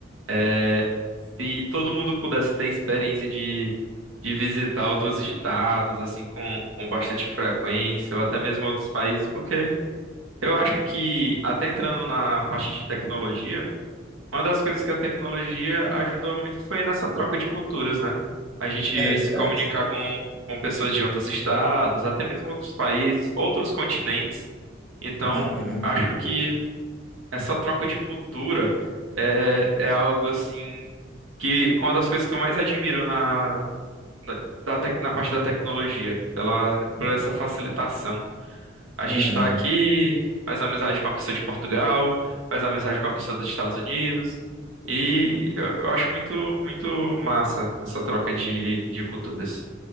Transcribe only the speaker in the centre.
É verdade.
Uhum,
uhum.